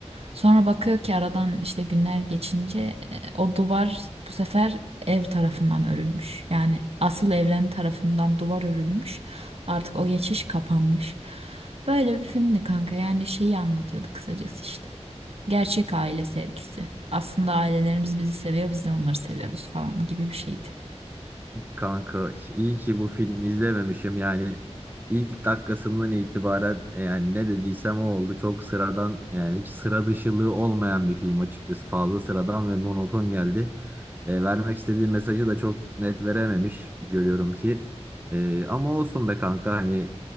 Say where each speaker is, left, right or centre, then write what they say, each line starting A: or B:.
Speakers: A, on the right; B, on the right.
A: Sonra bakıyor ki aradan işte günler geçince e, o duvar bu sefer ev tarafından örülmüş. Yani asıl evren tarafından duvar örülmüş. Artık o geçiş kapanmış. Böyle bir filmdi kanka. Yani şeyi anlatıyordu kısacası işte. Gerçek aile sevgisi. Aslında ailelerimiz bizi seviyor, biz de onları seviyoruz falan gibi bir şeydi.
B: Kanka iyi ki bu filmi izlememişim yani ilk dakikasından itibaren e, yani ne dediysem o oldu çok sıradan yani hiç sıra dışılığı olmayan bir film açıkçası fazla sıradan ve monoton geldi. E, vermek istediği mesajı da çok net verememiş görüyorum ki E, ama olsun be kanka hani